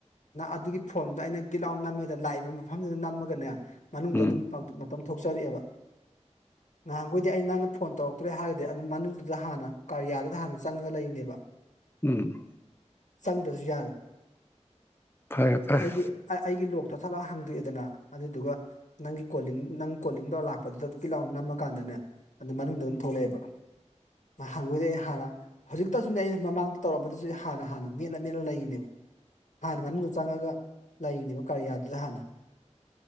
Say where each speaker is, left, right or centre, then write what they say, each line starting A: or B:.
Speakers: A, on the left (about 80°); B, on the left (about 20°).
A: ꯑꯗꯨꯒꯤ ꯐꯣꯟꯗꯨꯗ ꯑꯩꯅ ꯒꯤꯠ ꯑꯥꯎꯟ ꯅꯝꯃꯦꯗ ꯂꯥꯛꯏꯕ ꯃꯐꯝꯗꯨꯗ ꯅꯝꯃꯒꯅꯦ ꯃꯅꯨꯡꯗ
B: ꯎꯝ
A: ꯑꯗꯨꯝ ꯇꯣꯝꯊꯣꯛꯆꯔꯛꯑꯦꯕ ꯉꯍꯥꯟꯈꯣꯏꯗꯤ ꯑꯩ ꯅꯪꯅ ꯐꯣꯟ ꯇꯧꯔꯛꯇ꯭ꯔꯦ ꯍꯥꯏꯔꯒꯗꯤ ꯑꯗꯨꯝ ꯃꯅꯨꯡ ꯑꯗꯨꯗ ꯍꯥꯟꯅ ꯀꯔꯤꯌꯥꯗꯨꯗ ꯍꯥꯟꯅ ꯆꯪꯉꯒ ꯂꯩꯔꯤꯅꯦꯕ
B: ꯎꯝ
A: ꯆꯪꯗ꯭ꯔꯁꯨ ꯌꯥꯔꯦ
B: ꯐꯔꯦ ꯐꯔꯦ
A: ꯑꯩꯒꯤ ꯑꯩꯒꯤ ꯂꯣꯛꯇꯣ ꯊꯠꯂꯛꯑ ꯍꯥꯡꯗꯣꯛꯑꯦꯗꯅ ꯑꯗꯨꯗꯨꯒ ꯅꯪꯒꯤ ꯀꯣꯂꯤꯡ ꯅꯪ ꯀꯣꯂꯤꯡ ꯇꯧꯔ ꯂꯥꯛꯄꯗꯨꯗ ꯑꯗꯨꯀꯤ ꯂꯥꯎ ꯅꯝꯃꯀꯥꯟꯗꯅꯦ ꯑꯗꯨ ꯃꯅꯨꯡꯗ ꯑꯗꯨꯝ ꯊꯣꯛꯂꯛꯑꯦꯕ ꯍꯪꯒꯣꯏꯗ ꯑꯩ ꯍꯥꯟꯅ ꯍꯧꯖꯤꯛꯇꯁꯨꯅꯦ ꯑꯩꯅ ꯃꯃꯥꯡꯗ ꯇꯧꯔꯝꯕꯗꯨꯁꯨ ꯑꯩ ꯍꯥꯟꯅ ꯍꯥꯟꯅ ꯃꯦꯠꯂ ꯃꯦꯠꯂ ꯂꯩꯔꯤꯅꯦꯕ ꯍꯥꯟꯅ ꯃꯅꯨꯡꯗ ꯆꯪꯉꯒ ꯂꯩꯔꯤꯅꯦꯕ ꯀꯔꯤꯌꯥꯗꯨꯗ ꯍꯥꯟꯅ